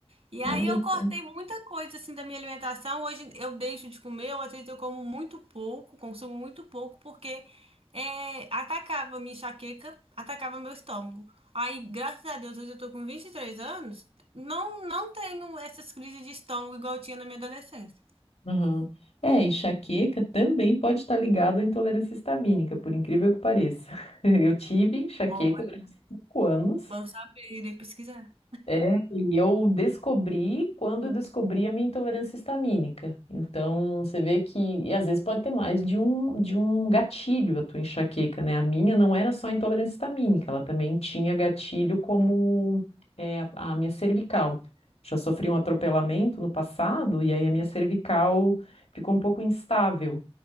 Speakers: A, on the right; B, on the left.
A: E aí
B: olha
A: eu cortei
B: só.
A: muita coisa assim da minha alimentação. Hoje eu deixo de comer, ou às vezes eu como muito pouco, consumo muito pouco, porque. É, atacava minha enxaqueca, atacava meu estômago. Aí, graças a Deus, hoje eu tô com 23 anos, não, não tenho essas crises de estômago igual eu tinha na minha adolescência.
B: Aham. É, enxaqueca também pode estar ligado à intolerância histamínica, por incrível que pareça. <laughs> Eu tive enxaqueca
A: Olha,
B: durante cinco anos
A: bom saber, irei pesquisar.
B: É, e eu descobri quando eu descobri a minha intolerância histamínica. Então, você vê que, e às vezes pode ter mais de um, de um gatilho a tua enxaqueca, né? A minha não era só intolerância histamínica, ela também tinha gatilho como é, a, a minha cervical. Já sofri um atropelamento no passado e aí a minha cervical ficou um pouco instável.